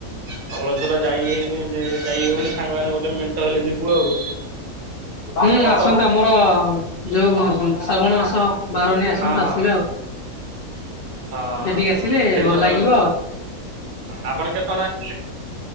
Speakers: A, on the right (about 75°); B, on the left (about 75°).
A: ଧବଳେଶ୍ୱର ଯାଇ ହେଇନି ଯାଇ ହଉନି ସାଙ୍ଗମାନେ ଗୋଟେ ମେଣ୍ଟ ହେଲେ ଯିବୁ ଆଉ।
B: ହୁଁ
A: କଟକ
B: ଆସନ୍ତୁ। ତମର ଯୋଉଁ ଶ୍ରାବଣ ମାସ ବାର ନେଇ ଆସନ୍ତୁ
A: ହଁ
B: ଆସିବେ
A: ହଁ
B: ଆଉ।
A: ହଁ
B: ସେଠିକି ଆସିଲେ
A: ସେଇ
B: ଭଲ
A: ସମୟ
B: ଲାଗିବ।
A: ହଁ ଆପଣ କେତେଜଣ ଆସିଥିଲେ?